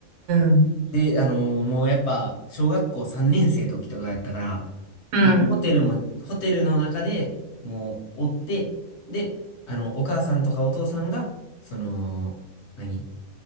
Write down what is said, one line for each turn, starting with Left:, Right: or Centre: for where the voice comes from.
Right: うん。
Left: で、あのーもうやっぱ、小学校3年生の時とかやったから、
Right: うん。
Left: まあ、ホテルも、ホテルの中でもう、おって、で、あの、お母さんとかお父さんが、その、何